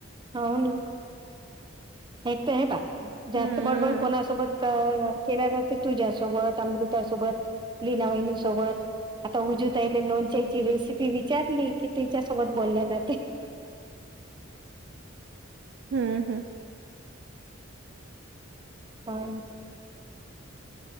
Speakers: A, on the right (about 25°); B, on the right (about 60°).
A: हो ना एक तर हे बात जास्त
B: हम्म
A: बडबड कोणासोबत का केल्या जाते तुझ्यासोबत अमृतासोबत लिनावहीनिसोबत. आता उजू ताई लोन चे रेसिपी विचारली की तीच्या सोबत बोलल्या जाते.
B: हम्म हम्म.
A: हा.